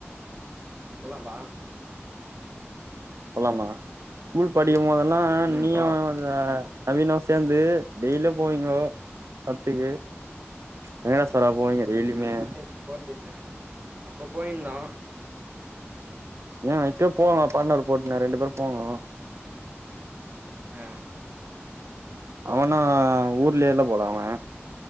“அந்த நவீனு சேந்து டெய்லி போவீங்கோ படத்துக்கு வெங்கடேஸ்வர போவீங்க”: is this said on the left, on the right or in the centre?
Right